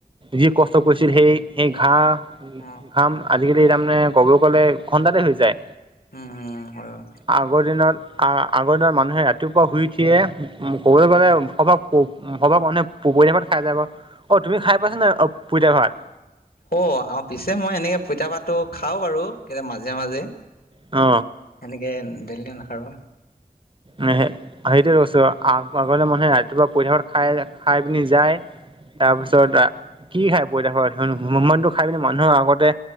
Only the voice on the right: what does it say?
যি কষ্ট কৰিছিল সেই সেই ঘাঁহ
কাম আজিকালি তাৰমানে কব ক'লে দুঘণ্টাতে হৈ যায়।
আগৰ দিনত আহ আগৰ দিনত মানুহে ৰাতিপুৱা শুই উঠিয়ে উ ক'বলৈ গলে সৰভাগ মানুহে প পুইতা ভাত খাই যায় ক, অ তুমি খাই পাইছা নাই পুইতা ভাত?
অ
সে সেইটো কৈছো আগতে মানুহে ৰাতিপুৱা পইতা ভাত খাই খাই পিনি যায়। তাৰপিছত কি খাই পইতাভাত মইটো খাই পিনে মানুহৰ আগতে